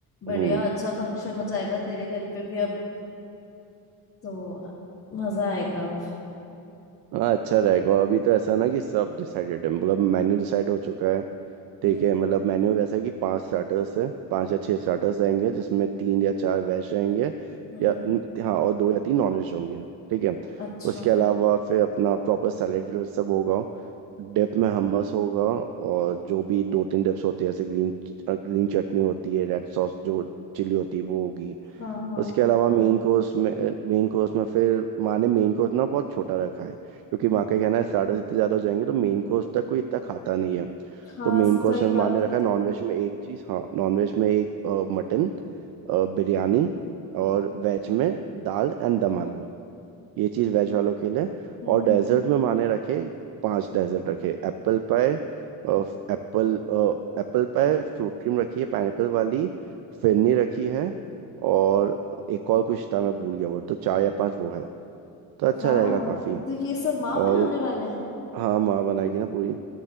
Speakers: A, on the left; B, on the right.
A: बढ़िया
B: हम्म
A: अच्छा फंक्शन हो जाएगा तेरे घर पे भी अब तो मजा आएगा अब
B: हाँ अच्छा रहेगा अभी तो ऐसा ना कि सब डिसाइडेड है मतलब मेन्यू डिसाइड हो चुका है ठीक
A: हम्म
B: है मतलब मेन्यू वैसा है कि पांच स्टार्टर्स है पांच या छह स्टार्टर्स आएंगे जिसमें तीन या चार वेज जाएंगे
A: हम्म
B: या
A: हम्म,
B: न- हाँ और दो या तीन नॉन वेज होंगे ठीक है
A: अच्छा
B: उसके अलावा फिर अपना प्रॉपर सैलेड सब होगा डिप में हमस होगा और जो भी दो तीन डिप्स होती है जैसे ग्रीन ग्रीन चटनी होती है रेड सॉस जो चिली होती है वो होगी
A: हाँ हाँ
B: उसके अलावा मेन कोर्स में मेन कोर्स में फिर माँ ने मेन कोर्स ना बहुत छोटा रखा है क्योंकि माँ
A: हम्म,
B: का कहना है स्टार्टर्स इतने ज़्यादा हो जाएंगे तो मेन कोर्स तक कोई इतना खाता नहीं है
A: हाँ
B: तो मेन
A: सही
B: कोर्स में
A: बात
B: माँ ने
A: है
B: रखा
A: तो
B: है नॉनवेज में एक चीज़ हाँ नॉनवेज में एक मटन बिरयानी और वेज में दाल एंड दम आलू ये चीज़ वेज वालों के लिए
A: हम्म
B: और डेजर्ट
A: हम्म
B: में माने रखे पांच डेजर्ट रखे apple pie apple apple pie fruit cream रखी है पाइनएप्पल वाली फिरनी रखी है और एक और कुछ था मैं भूल गया वो तो चार या पांच वो है तो अच्छा
A: वाह
B: रहेगा काफ़ी
A: तो ये सब माँ बनाने
B: और
A: वाले हैं
B: हाँ माँ बनाएगी ना पूरी